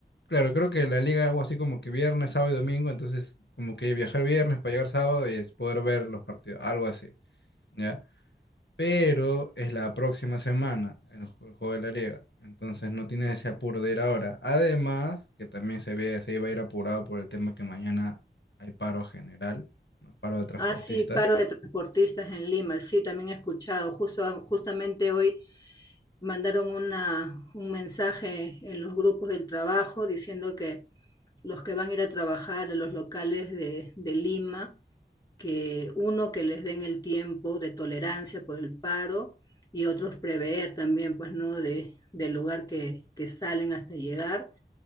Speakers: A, on the left; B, on the left.
A: claro, creo que la liga algo así como que viernes, sábado y domingo, entonces como que viajar viernes para llegar sábado y es poder ver los partidos, algo así, ya pero es la próxima semana el, ju- el juego de la liga. Entonces no tienes ese apuro de ir ahora. Además, que también se ve, se iba a ir apurado por el tema que mañana hay paro general, ¿no? Paro de transportistas.
B: Ah, sí, paro de transportistas en Lima. Sí, también he escuchado. Justo, justamente hoy mandaron una, un mensaje en los grupos del trabajo diciendo que los que van a ir a trabajar a los locales de, de Lima que uno, que les den el tiempo de tolerancia por el paro y otros prever también, pues, ¿no? De, del lugar que, que salen hasta llegar,